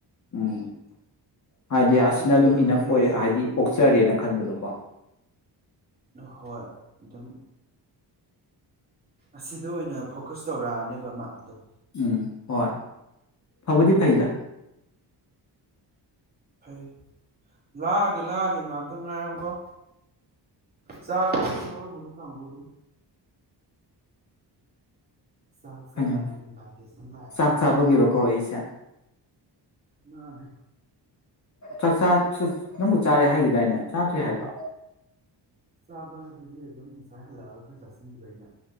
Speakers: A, on the left; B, on the right.
A: ꯎꯝ ꯍꯥꯏꯗꯤ
B: ꯅꯨꯄꯤ
A: ꯑꯁꯤꯅ
B: ꯊꯤꯔꯝꯗ꯭ꯔꯕꯨꯗꯤ
A: ꯑꯗꯨꯝ ꯏꯅꯐ ꯑꯣꯏꯔꯦ
B: ꯑꯗꯨꯝ
A: ꯍꯥꯏꯗꯤ ꯑꯣꯛꯆꯔꯦꯅ ꯈꯟꯕꯗꯣꯀꯣ
B: ꯍꯣꯏ ꯑꯗꯨꯝ ꯑꯁꯤꯗ ꯑꯣꯏꯅ ꯐꯣꯀꯁ ꯇꯧꯔꯛꯑꯅꯦꯕ ꯃꯥ ꯑꯗꯨꯝ
A: ꯎꯝ ꯍꯣꯏ ꯐꯥꯕꯗꯤ ꯐꯩꯗ
B: ꯐꯩ ꯂꯥꯛꯑꯒꯦ ꯂꯥꯛꯑꯒꯦ ꯉꯥꯏꯥꯛꯇꯪ ꯉꯥꯏꯔꯝꯀꯣ ꯆꯥꯛ ꯍꯥꯎ ꯍꯧꯔꯃꯅꯦ ꯀꯥꯡꯕꯨ ꯑꯗꯨꯝ ꯆꯥꯛ ꯆꯥꯕꯒꯤ
A: ꯀꯩꯅꯣ
B: ꯏꯟꯚꯥꯏꯇꯦꯁꯟ ꯂꯥꯛꯑꯦ
A: ꯆꯥꯛ ꯆꯥꯕꯒꯤꯔꯣ ꯀꯧꯔꯛꯏꯁꯦ
B: ꯍ
A: ꯆꯥꯛꯆꯥ ꯅꯪꯕꯨ ꯆꯥꯔꯦ ꯍꯥꯏꯈꯤꯗꯥꯏꯅꯦ ꯆꯥꯗ꯭ꯔꯦ ꯍꯥꯏꯕ꯭ꯔꯥ
B: ꯆꯥꯕ ꯍꯥꯏꯕꯗꯤ ꯑꯗꯨꯝ ꯉꯁꯥꯏ ꯍꯜꯂꯛꯑꯒ ꯈꯔ ꯆꯥꯁꯤꯟꯈꯤꯕ ꯑꯩꯅ